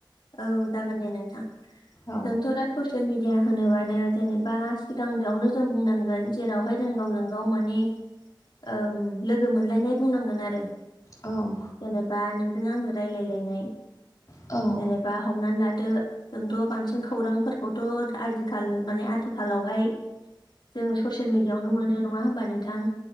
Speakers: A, on the left; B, on the left.
A: औ जागोन नोंथां
B: औ
A: जोंथ' दा ससियेल मिडिया होनोबानो जेनेबा सिगांग्रोआवनो जों बुंनांगोन जेरावहाय जों गावजों गाव माने ओ लोगो मोनलायनाय बुंनांगोन आरो
B: औ
A: जेनेबा नोंजों आजों रायलायलायनाय
B: औ
A: नेबा हमनानै लादो जोंथ' बांसिन खौरांफोरखौथ' आजिखाल माने आथिखालावहाय जोङो ससियेल मिडियावनो मोनो नङा होमबा नोंथां